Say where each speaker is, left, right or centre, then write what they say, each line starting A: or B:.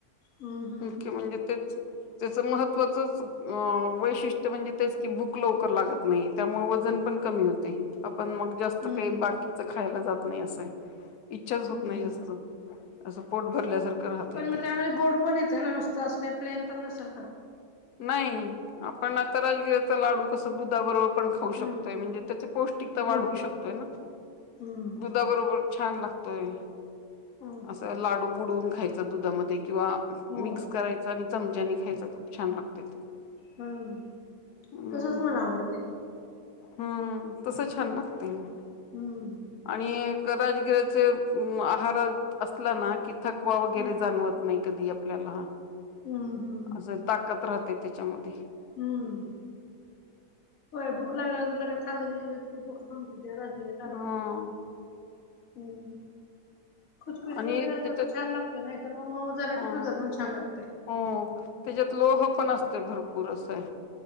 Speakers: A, on the left (about 60°); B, on the left (about 80°).
A: हम्म हम्म
B: मुख्य म्हणजे तेच त्याच महत्त्वाचच अ वैशिष्ट्य म्हणजे तेच की भूक लवकर लागत नाही त्यामुळे वजन पण कमी होते आपण मग जास्त
A: हम्म
B: काही
A: हम्म
B: बाकीचं खायला जात नाही असंय इच्छाच होत
A: हम्म
B: नाही
A: हम्म.
B: जास्त असं पोट भरल्यासारखं राहतय
A: पण मग
B: ते
A: त्यामध्ये गोड पण येते ना नुसतं असं काही प्लेन तर नसेल का
B: नाही आपण आता राजगिराचा लाडू कस दुधाबरोबर ण खाऊ
A: हम्म
B: शकतोय म्हणजे त्या पौष्टता
A: गुळ
B: वाढू शकतोय ना
A: हम्म
B: दुधाबरोबर छान लागतोय
A: हो
B: असं लाडू बुडवून खायचा दुधामध्ये किंवा
A: हो.
B: मिक्स करायच आणि चमच्यानी खायच खूप छान लागत ते
A: हम्म
B: हम्म
A: तसच मला आवडतं ते
B: हम्म तस छान लागते म
A: हम्
B: आणि राजगिरा्याचे आहार असला ना कि थकवा वगैरे
A: हम्म
B: जाणवत नाही कधी आपल्याला
A: हम हम
B: असं ताकत राहते त्याच्यामध्ये
A: हम्म होय भूक लाग लगे लंे लगे भक आमती त्या राजग लाड
B: अ
A: हम्म खुचखुचीत
B: आणि
A: वगैरे असलं
B: त्याच्यात
A: तर छान लागतो नाही तर मग मऊ झाला
B: हा
A: की दुधात मग छान लागते
B: हो त्याच्यात लोह पण असते भरपूर असय